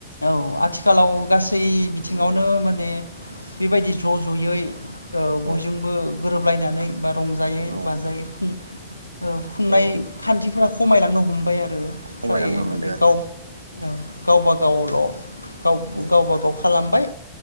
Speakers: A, on the left; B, on the right.
A: औ आथि खालाव गासै बिथिङावनो
B: औ
A: माने बेबायदि ज' ज'यै ओ
B: औ
A: बयजोंबो गोरोबलायनानै बा रंजायै
B: औ
A: बाजायै खुं ओ खुंनाय
B: औ
A: खान्थिफोरा खमायलांनो हम हमबाइ आ रो
B: खमायलांनो
A: फ्राय
B: हमदो
A: माने
B: आरो
A: गाव औ गावबा गावल' गाव-गावबा
B: औ
A: गाव खालामबाय